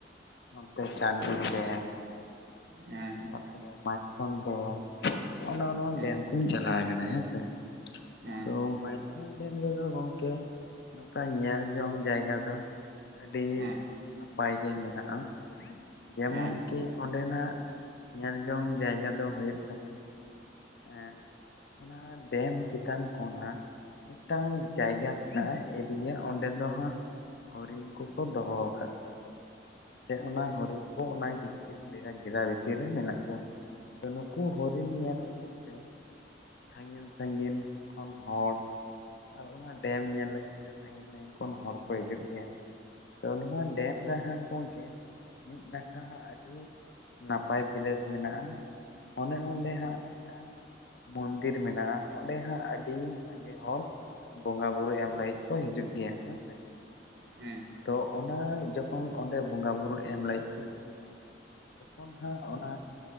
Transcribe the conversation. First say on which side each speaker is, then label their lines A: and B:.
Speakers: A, on the left (about 55°); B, on the right (about 55°).
A: ᱱᱚᱛᱮ ᱪᱟᱸᱱᱰᱤᱞ ᱰᱮᱢ
B: ᱦᱮᱸ
A: ᱛᱟᱨᱯᱚᱨᱮ ᱢᱟᱭᱛᱷᱚᱱ ᱰᱮᱢ ᱱᱚᱜ ᱱᱚᱣᱟ
B: ᱦᱮᱸ ᱦᱮᱸ
A: ᱰᱮᱢ ᱠᱩᱧ ᱪᱟᱞᱟᱣ ᱠᱟᱱᱟ ᱦᱮᱸᱥᱮ,
B: ᱦᱮᱸ
A: ᱛᱚ ᱢᱟᱭᱛᱷᱚᱱ ᱰᱮᱢ ᱨᱮᱫᱚ ᱜᱚᱝᱠᱮ, ᱱᱚᱝᱠᱟ ᱧᱮᱞ ᱡᱚᱝ ᱡᱟᱭᱜᱟ ᱫᱚ ᱟᱹᱰᱤ
B: ᱦᱮᱸ
A: ᱱᱟᱯᱟᱭ ᱜᱮ ᱢᱮᱱᱟᱜ-ᱟ ᱡᱮᱢᱚᱱ
B: ᱟᱪᱪᱷᱟ
A: ᱠᱤ ᱚᱸᱰᱮᱱᱟᱜ ᱧᱮᱞ ᱡᱚᱝ ᱡᱟᱭᱜᱟ ᱫᱚ ᱦᱩᱭᱩᱜ ᱠᱟᱱᱟ ᱾ ᱮ ᱚᱱᱟ ᱰᱮᱢ ᱪᱮᱛᱟᱱ ᱠᱷᱚᱱᱟᱜ ᱢᱤᱫᱴᱟᱝ ᱡᱟᱭᱜᱟ ᱢᱮᱱᱟᱜ-ᱟ ᱾ ᱮᱨᱤᱭᱟ ᱚᱸᱰᱮ ᱫᱚ ᱦᱟᱸᱜ ᱦᱚᱨᱤᱱ ᱠᱚᱠᱚ ᱫᱚᱦᱚ ᱟᱠᱟᱫ ᱠᱚᱣᱟ ᱾ ᱥᱮ ᱚᱱᱟ ᱦᱚᱨᱤᱱ ᱠᱚ ᱚᱱᱟ ᱵᱷᱤᱛᱤᱨ ᱜᱷᱮᱨᱟ ᱵᱷᱤᱛᱤᱨ ᱨᱮ ᱢᱮᱱᱟᱜ ᱠᱚᱣᱟ ᱾ ᱛᱚ ᱱᱩᱠᱩ ᱦᱚᱨᱤᱱ ᱧᱮᱞ ᱦᱚᱛᱮᱫ ᱛᱮ ᱥᱟᱺᱜᱤᱧ ᱥᱟᱺᱜᱤᱧ ᱠᱷᱚᱱ ᱦᱚᱲ ᱟᱨ ᱚᱱᱟ ᱰᱮᱢ ᱧᱮᱞ ᱞᱟᱹᱜᱤᱫ ᱛᱮ ᱥᱟᱺᱜᱤᱧ ᱥᱟᱺᱜᱤᱧ ᱠᱷᱚᱱ ᱦᱚᱲ ᱠᱚ ᱦᱤᱡᱩᱜ ᱜᱮᱭᱟ ᱛᱚ ᱱᱚᱣᱟ ᱰᱮᱢ ᱾ ᱢᱤᱨᱟᱦᱟᱸᱫ ᱠᱩᱱᱫ ᱛᱮ ᱢᱤᱫ ᱱᱟᱠᱷᱟ ᱦᱚᱸ ᱟᱹᱰᱤ ᱱᱟᱯᱟᱭ ᱯᱮᱞᱮᱥ ᱢᱮᱱᱟᱜ-ᱟ ᱾ ᱚᱱᱮ ᱚᱸᱰᱮ ᱦᱟᱸᱜ ᱢᱤᱫᱴᱟᱝ ᱢᱚᱱᱫᱤᱨ ᱢᱮᱱᱟᱜᱼᱟ ᱚᱸᱰᱮ ᱦᱟᱸᱜ ᱟᱹᱰᱤ ᱥᱟᱸᱜᱮ ᱦᱚᱲ ᱵᱚᱸᱜᱟ ᱵᱩᱨᱩ ᱮᱢ ᱞᱟᱹᱜᱤᱫ ᱠᱚ ᱦᱤᱡᱩᱜ ᱜᱮᱭᱟ ᱦᱮᱸᱥᱮ,
B: ᱦᱮᱸ
A: ᱛᱚ ᱚᱱᱟ ᱡᱚᱠᱷᱚᱱ ᱚᱸᱰᱮ ᱵᱚᱸᱜᱟ ᱵᱩᱨᱩ ᱮᱢ ᱞᱟᱹᱜᱤᱫ ᱠᱚ ᱦᱤᱡᱩᱜᱼᱟ ᱾ ᱛᱚᱠᱷᱚᱱ ᱦᱟᱸᱜ ᱚᱱᱟ